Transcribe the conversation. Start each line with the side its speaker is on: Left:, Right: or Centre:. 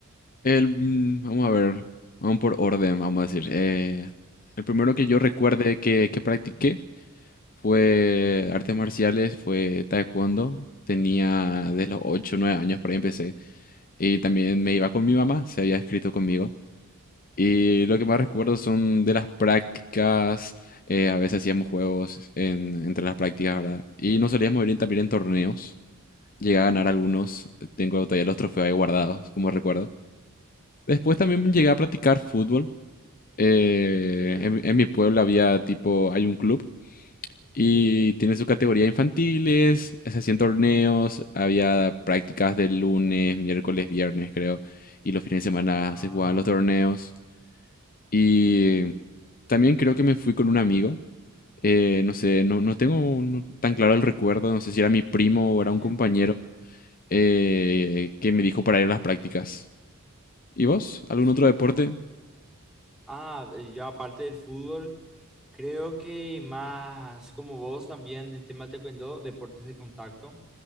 Left: El, mm, vamos a ver, vamos por orden, vamos a decir. eh, el primero
Centre: Ok,
Left: que yo recuerde que, que practiqué fue artes marciales, fue taekwondo. Tenía desde los ocho o 9 años por ahí empecé. Y también me iba con mi mamá, se había escrito conmigo. Y lo que más recuerdo son de las prácticas, eh, a veces hacíamos juegos en- entre las prácticas, ¿verdad? Y nos solíamos ir en- también en torneos. Llegué a ganar
Centre: entiendo.
Left: algunos, tengo todavía los trofeos ahí guardados, como recuerdo. Después también llegué a practicar fútbol. eh,
Centre: ¿En serio?
Left: en, mi en mi pueblo había tipo, hay un club y tiene su categoría infantiles, se hacían torneos, había prácticas de lunes, miércoles, viernes, creo, y los fines de semana
Centre: Ah,
Left: se jugaban los torneos. Y también creo que me fui con un amigo. eh, no sé, no, no tengo un- tan claro el recuerdo. No sé si era mi primo o
Centre: entiendo.
Left: era un compañero eh, que me dijo para ir a las prácticas. ¿Y vos? ¿Algún
Centre: Sí.
Left: otro deporte?
Centre: Ah, eh, yo aparte del fútbol, creo que más como vos también el tema te cuento deportes de contacto.